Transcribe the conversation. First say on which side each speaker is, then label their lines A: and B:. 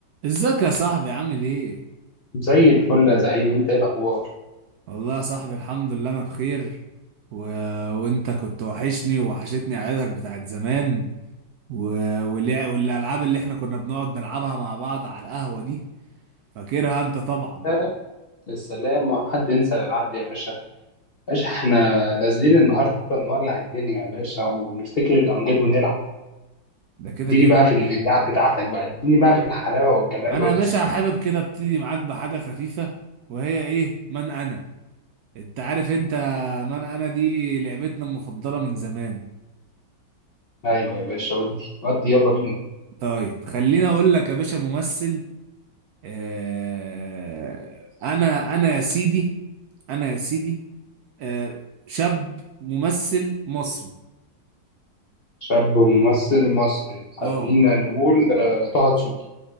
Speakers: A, on the right; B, on the left.
A: ازيك يا صاحبي عامل ايه؟
B: زي الفل يا زعيم انت ايه الاخبار
A: والله يا صاحبي الحمد لله انا بخير و... وانت كنت وحشني ووحشتني عيلتك بتاعت زمان و... واللع... والالعاب اللي احنا كنا بنقعد نلعبها مع بعض على القهوة دي فاكرها انت طبعا
B: السلام السلام وحد ينسى العبد يا باشا باشا احنا نازلين النهارده نولع الدنيا يا باشا ونفتكر الامجاد ونلعب
A: ده كده
B: اديني
A: كده
B: بقى في في اللعب بتاعتك بقى اديني بقى في الحلاوه والجمال
A: انا
B: والاسئله
A: يا باشا حابب كده ابتدي معاك بحاجة خفيفة وهي ايه؟ من انا انت عارف انت من انا دي لعبتنا المفضلة من زمان
B: ايوه يا باشا ودي ودي يلا بينا
A: طيب خليني اقول لك يا باشا ممثل آه، انا انا يا سيدي انا يا سيدي آه شاب ممثل مصري
B: شاب وممثل مصري خلينا
A: اه
B: نقول آه، طه دسوقي